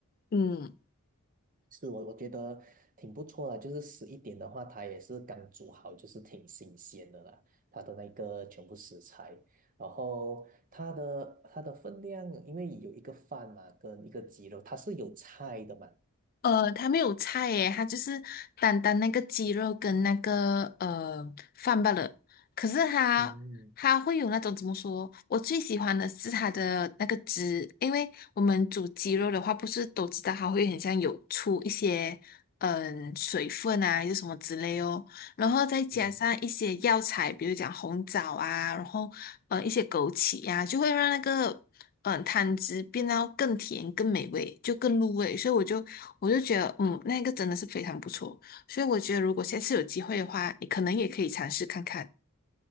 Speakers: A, on the left (about 40°); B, on the right (about 35°).
A: 嗯，
B: 是我我觉得挺不错的，就是十一点的话，它也是刚煮好，就是挺新鲜的啦，它的那个全部食材，然后它的它的分量，因为有一个饭嘛，跟一个鸡肉，它是有菜的嘛。
A: 呃，它没有菜耶，它就是单单那个鸡肉跟那个呃饭罢了。可是它它会有那种怎么说？
B: 嗯
A: 我最喜欢的是它的那个汁，因为我们煮鸡肉的话，不是都知道它会很像有出一些嗯、水分啊，还是什么之类哦。然后再加上一些药材，
B: 嗯
A: 比如讲红枣啊，然后呃一些枸杞呀、就会让那个嗯、呃汤汁变到更甜、更美味，就更入味。所以我就我就觉得，嗯，那个真的是非常不错。所以我觉得，如果下次有机会的话，你可能也可以尝试看看。